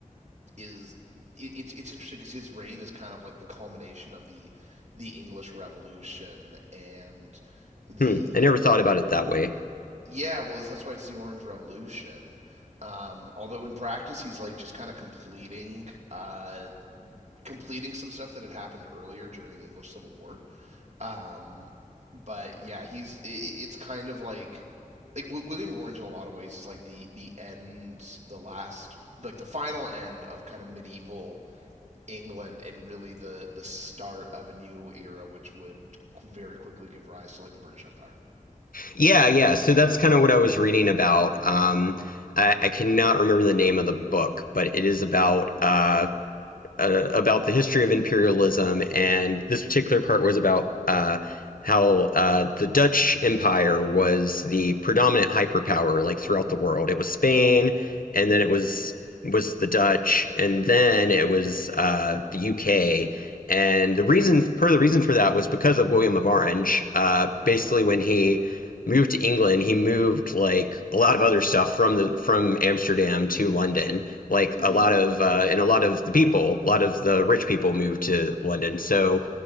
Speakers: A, on the right; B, on the left.
A: is it- it's it's interesting because his reign is kind of like the culmination of the the English Revolution and the
B: Hmm, I never thought about it that way.
A: yeah well that's why it's the Orange Revolution. Um, although in practice he's like just kind of completing uh, completing some stuff that had happened earlier during the English Civil War. Um, but yeah, he's i it's kind of like like w- William of Orange in a lot of ways is like the the end, the last, like the final end of kind of medieval England, and really the the start of a new era, which would very quickly give rise to like the British Empire.
B: Yeah, yeah. So that's kind of what I was reading about. Um, I, I cannot remember the name of the book, but it is about uh, uh, about the history of imperialism, and this particular part was about uh, how uh, the Dutch Empire was the predominant hyperpower like throughout the world. It was Spain, and then it was was the Dutch, and then it was uh, the UK. And the reason, per the reason for that, was because of William of Orange. Uh, basically, when he moved to England, he moved like a lot of other stuff from the from Amsterdam to London. Like
A: hmm
B: a lot of uh, and a lot of the people, a lot of the rich people moved to London. So